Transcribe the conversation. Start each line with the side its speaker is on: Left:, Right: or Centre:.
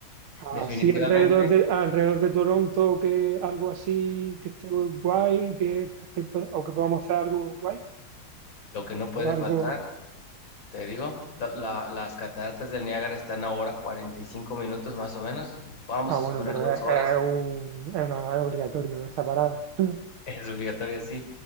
Right: Así
Left: Definitivamente,
Right: alrededor de, alrededor de Toronto, que algo así que esté guay, que, que po- o que podamos hacer algo guay,
Left: lo que no puede
Right: o algo.
Left: faltar, te digo, lo- la- las cataratas del Niágara están ahora 45 minutos más o menos, vamos
Right: Ah,
Left: a
Right: bueno,
Left: suponer
Right: pero
Left: dos
Right: es,
Left: horas.
Right: es un- es una- es obligatorio esa parada. <laughs>
Left: Es obligatoria, sí.